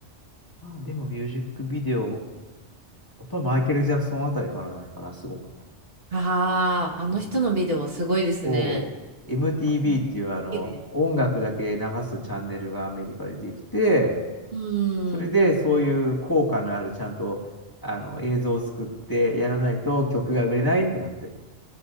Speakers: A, on the left (about 15°); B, on the right (about 50°).
A: う。あ、でもミュージックビデオ、やっぱマイケル・ジャクソンあたりからなのかな、すごかった。
B: ああ、あの人のビデオはすごいですね。
A: うん。そう。MTV
B: うん綺麗です。
A: っていうあの、音楽だけ流すチャンネルがアメリカでできて、
B: うーん。
A: それでそういう効果のあるちゃんとあの映像を作ってやらないと曲が売れないってなって。